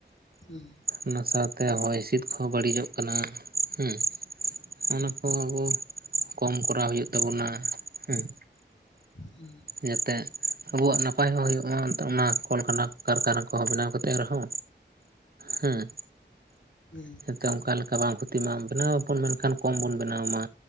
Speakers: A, on the left; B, on the right.
A: ᱦᱩᱸ
B: ᱚᱱᱟ ᱥᱟᱶᱛᱮ ᱦᱚᱭᱼᱦᱤᱸᱥᱤᱫ ᱠᱚᱦᱚ ᱵᱟᱹᱲᱤᱡᱚᱜ ᱠᱟᱱᱟ, ᱦᱩᱸ᱾ ᱚᱱᱟ ᱠᱚ ᱟᱵᱚ ᱠᱚᱢ ᱠᱚᱨᱟᱣ ᱦᱩᱭᱩᱜ ᱛᱟᱵᱚᱱᱟ, ᱦᱩᱸ
A: ᱦᱩᱸ
B: ᱡᱟᱛᱮ ᱟᱵᱚᱣᱟᱜ ᱱᱟᱯᱟᱭ ᱦᱚᱸ ᱦᱩᱭᱩᱜ ᱢᱟ ᱚᱱᱟ ᱠᱚᱞ ᱠᱟᱰᱟ ᱠᱟᱨᱠᱷᱟᱱᱟ ᱠᱚᱦᱚᱸ ᱵᱮᱱᱟᱣ ᱠᱟᱛᱮᱫ ᱨᱮᱸᱦᱚ᱾ ᱦᱩᱸ
A: ᱦᱩᱸ
B: ᱛᱮ ᱚᱱᱠᱟ ᱞᱮᱠᱟ ᱵᱟᱝ ᱠᱷᱚᱛᱤ ᱢᱟ ᱵᱮᱱᱟᱣ ᱟᱵᱚᱱ ᱢᱮᱱᱠᱷᱟᱱ ᱠᱚᱢ ᱵᱚᱱ ᱵᱮᱱᱟᱣ ᱢᱟ,